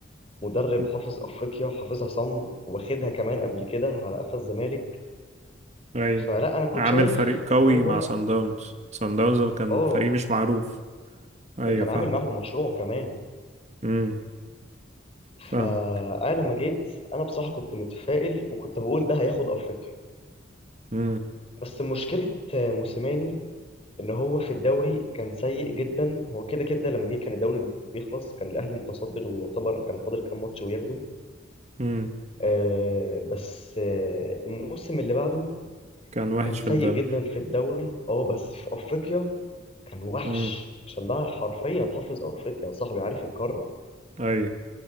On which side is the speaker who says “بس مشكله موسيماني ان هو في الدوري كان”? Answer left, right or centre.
Left